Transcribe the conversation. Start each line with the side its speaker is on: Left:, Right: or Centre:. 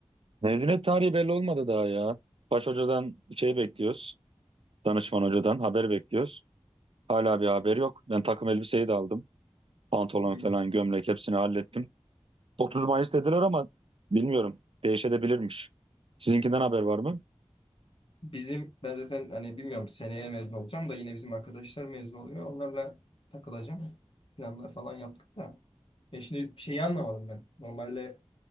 Right: Mezuniyet tarihi belli olmadı daha ya. Baş hocadan şey bekliyoruz. Danışman hocadan haber bekliyoruz. Hala bir haber yok. Ben takım elbiseyi de aldım. Pantolon
Left: Hmm.
Right: falan gömlek hepsini hallettim. 30 Mayıs dediler ama bilmiyorum değişebilirmiş. Sizinkinden haber var mı?
Left: Bizim ben zaten hani bilmiyorum seneye mezun olacağım da yine bizim arkadaşlar mezun oluyor. Onlarla takılacağım. Planlar falan yaptık da. Ya şimdi şeyi anlamadım ben. Normalde